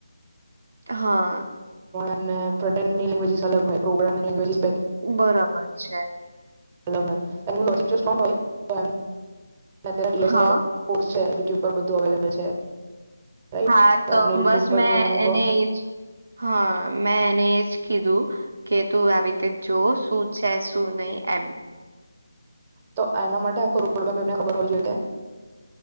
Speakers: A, on the right; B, on the right.
A: હા.
B: ને <unintelligible> અલગ હોય પ્રોગ્રામીંગ <unintelligible>
A: બરોબર છે.
B: અલગ હોય એમનું લોજિક જો સ્ટ્રોંગ હોય તો એમ <unintelligible>
A: હા
B: સે <unintelligible> ટ્યુબ પર બધું અવેલેબલ છે. રાઈટ
A: હા, તો
B: એમને યુટ્યુબ
A: બસ
B: પર
A: મેં
B: જોવાનું
A: એને
B: કહો
A: એ જ હા. મે એને જ કીધું. કે તું આવી રીતે જો શું છે શું નઈ એમ.
B: તો એના માટે આખું રોડ મેપ એમને ખબર હોવી જોઈ કે